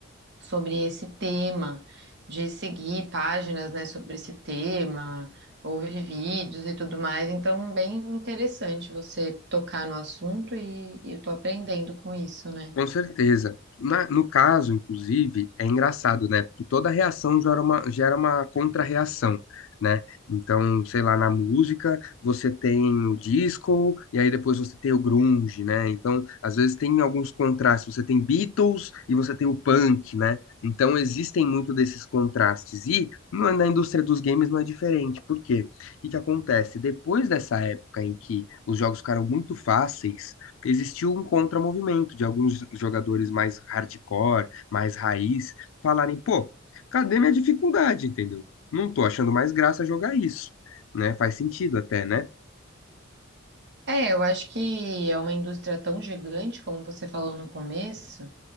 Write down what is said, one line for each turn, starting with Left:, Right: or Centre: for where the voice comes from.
Right: sobre esse tema, de seguir páginas, né, sobre esse tema, ouvir vídeos e tudo mais. Então, bem interessante você tocar no assunto e, e eu tô aprendendo com isso, né?
Left: Com certeza. Na- no caso, inclusive, é engraçado, né? Porque toda reação gera uma, gera uma contra-reação, né? Então, sei lá, na música você tem o disco e aí depois você tem o grunge, né? Então, às vezes tem alguns contrastes. Você tem Beatles e você tem o punk, né? Então, existem muito desses contrastes. E no- na indústria dos games não é diferente. Por quê? O que que acontece? Depois dessa época em que os jogos ficaram muito fáceis existiu um contramovimento de alguns jogadores mais hardcore, mais raiz, falarem, pô, cadê minha dificuldade, entendeu? Não tô achando mais graça jogar isso, né? Faz sentido até, né?
Right: É, eu acho que é uma indústria tão gigante, como você falou no começo,